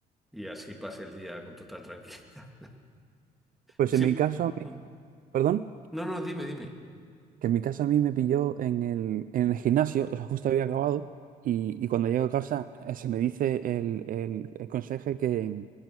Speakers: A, in the centre; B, on the right.
A: y así pasé el día con total tranquilidad. <laughs>
B: Pues
A: Sí.
B: en mi caso,
A: Mm.
B: Perdón,
A: No, no, dime, dime.
B: que en mi casa a mí me pilló en el, en el gimnasio, <laughs> eso justo había acabado, y, y cuando llego a casa eh, se me dice el, el, el conserje que,